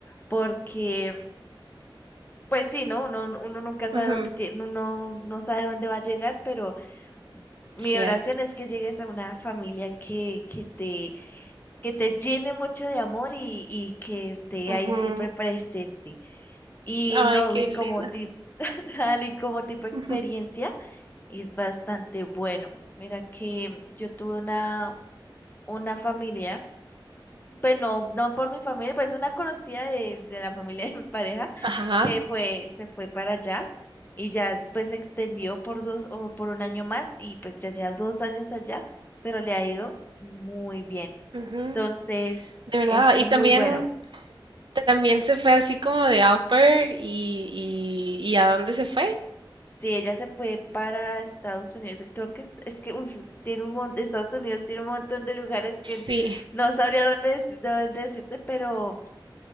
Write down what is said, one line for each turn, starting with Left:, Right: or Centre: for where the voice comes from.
Left: porque Pues sí, ¿no? Uno, uno nunca sabe
Right: Ujú,
Left: dónde tiene, uno no no sabe dónde va a llegar, pero mi
Right: Cierto.
Left: oración es que llegues a una familia que, que te, que te llene mucho de amor y, y que esté
Right: Ujú.
Left: ahí siempre presente. Y
Right: Ay,
Left: no,
Right: qué
Left: y
Right: linda.
Left: como tipo, <laughs> y como tipo experiencia,
Right: <laughs>
Left: es bastante bueno. Mira que yo tuve una, una familiar. pues no, no por mi familia, pues una conocida de, de la familia de mi pareja
Right: Ajá,
Left: que fue, se fue para allá y ya pues se extendió por dos o por un año más y pues ya lleva dos años allá, pero le ha ido muy bien.
Right: ujú,
Left: Entonces,
Right: De verdad.
Left: es
Right: Y
Left: muy
Right: también,
Left: bueno.
Right: también se fue así como de au pair y, y, y ¿a dónde se fue?
Left: Si ella se fue para Estados Unidos, creo que es, es que uf, tiene un montón, Estados Unidos tiene un montón de lugares que
Right: Sí.
Left: no sabría dónde, dec- dónde decirte, pero